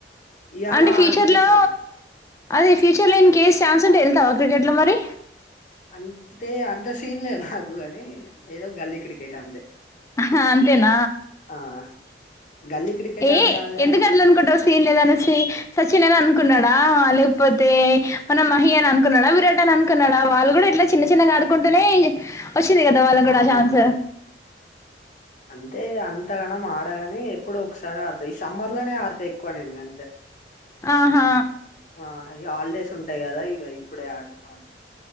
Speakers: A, on the left; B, on the left.
A: ఇయాల
B: అంటే ఫ్యూచర్
A: ఆరు వికెట్లది
B: లో అదే ఫ్యూచర్లో ఇంకే స్ ఛాన్స్ంటే వెళ్తావ క్రికెట్లో మరి
A: అంతే అంత సీన్లేదు నాకు అని ఏదో గల్లి క్రికేట్ అంతే
B: హ అంతేన
A: ఆ గల్లీ క్రికెట్
B: ఏ
A: అని కాదు కాని
B: ఎందుక్ అట్లు అనుకుంటావ్ తీన్లేద అనేసి సచిన్ అని అనుకున్నాడ లేకపోతే మన మహి అని అనుకున్నాడా విరాట్ అన్న అనుకున్నాడా వాళ్ళు కూడా ఇట్లా చిన్న చిన్నగా ఆడుకుంటూనే వచ్చింది. కదా వాళ్ళక్ కూడ
A: అవును
B: ఆ ఛాన్స్
A: అయితే అంతగనం ఆడగాని ఎప్పుడు ఒకసారి ఆడుతా ఈ సమ్మర్ లోనే ఆడతా ఎక్కువ నేను గంతె
B: ఆహ
A: ఆ ఇ గ హాలిడేస్ ఉంటాయి కదా ఇక ఇప్పుడే ఆ